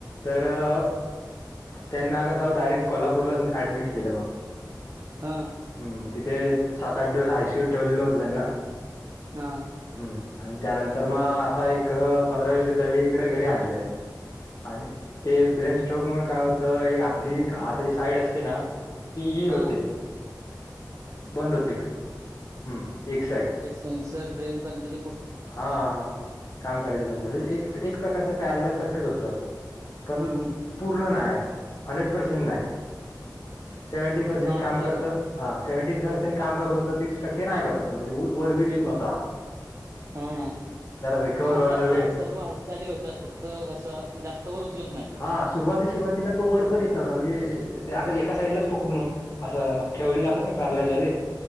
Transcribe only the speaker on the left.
तर त्यांना कसं डायरेक्ट कोल्हापूरच ऍडमिट केलं मग.
हम्म तिथे सात आठ दिवस आयसीयू ठेवलेलं होतं त्यांना.
हम्म आणि त्यानंतर मग आता एक पंधरा वीस दिवस झाली इकडे घरी आणलंय. आणि ते ब्रेन स्ट्रोक मुळं काय होतं, एक आपली हाताची साईड असते ना तीही होते
बंद होते हम्म एक साईड.
हा हा काम करायच्या पणंतल म्हणजे एक एक प्रकारचं पॅरलाइज सारखंच होतं. पण
पूर्ण नाहीय हंड्रेड पर्सेंट नाही. सेव्हंटी पर्सेंट
काम करत
हा सेव्हंटी पर्सेंट काम करत होत तीस टक्के ते नाही करत होतं म्हणजे वरवीर येत नव्हत हात.
रिकव्हर
व्हायला वेळ
हा सुरुवाती सुरुवातीला तो वर पण येत नव्हता म्हणजे ते एका साईडलाच पकडून असं ठेवलेलं असत ना पॅरालायज वाले.